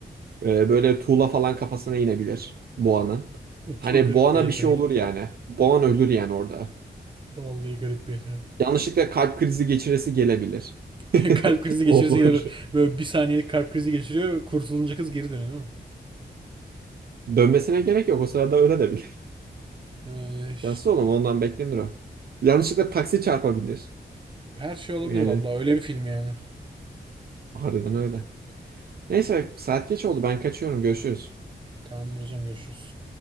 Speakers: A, on the right; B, on the right.
A: Ee, böyle tuğla falan kafasına inebilir boğanın.
B: <laughs>
A: Hani
B: Çok garip
A: boğana
B: bir yetenek.
A: bir şey olur yani. Boğan ölür yani orada.
B: Vallahi garip bir yetenek.
A: Yanlışlıkla kalp krizi geçiresi gelebilir. <laughs>
B: <laughs> kalp krizi geçirirse
A: Olur.
B: gene böyle, böyle bir saniyelik kalp krizi geçiriyor. Kurtulunca kız geri dönüyor değil mi?
A: Dönmesine gerek yok. O sırada öyle de bilir.
B: Ay,
A: Yansız oğlum ondan beklenir o. Yanlışlıkla taksi çarpabilir.
B: her şey olabilir
A: Yani
B: vallahi öyle bir film yani.
A: harbiden öyle. Neyse saat geç oldu. Ben kaçıyorum. Görüşürüz.
B: Tamamdır hocam görüşürüz.